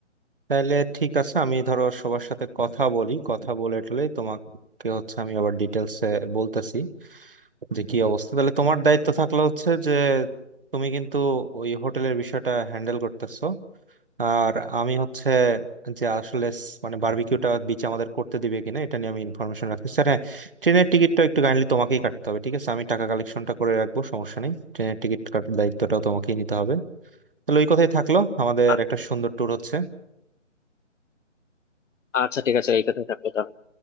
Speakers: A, on the right (about 45°); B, on the left (about 80°).
A: তাহলে ঠিক আছে আমি ধরো সবার সাথে কথা বলি কথা বলে টলে তোমাকে হচ্ছে আমি আবার ডিটেলসে বলতেছি যে কি অবস্থা তাহলে তোমার দায়িত্ব থাকলো হচ্ছে যে তুমি কিন্তু ওই হোটেলের বিষয়টা হ্যান্ডেল করতেছো আর আমি হচ্ছে যে আসলে স- মানে বারবিকিউটা বিচ আমাদের করতে দিবে কিনা এটা নিয়ে আমি ইনফরমেশন রাখছি স্যার হ্যাঁ ট্রেনের টিকিটটা একটু কাইন্ডলি তোমাকেই কাটতে হবে ঠিক আছে আমি টাকা কালেকশনটা করে রাখবো সমস্যা নেই ট্রেনের টিকিট কাটার দায়িত্বটাও তোমাকেই নিতে হবে তাহলে ওই কথাই থাকলো আমাদের
B: আ-
A: একটা সুন্দর ট্যুর হচ্ছে
B: আচ্ছা ঠিক আছে এই কথাই থাকলো তাহলে